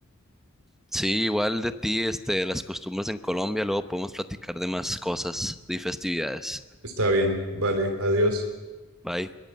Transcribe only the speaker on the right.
Está bien, vale, adiós.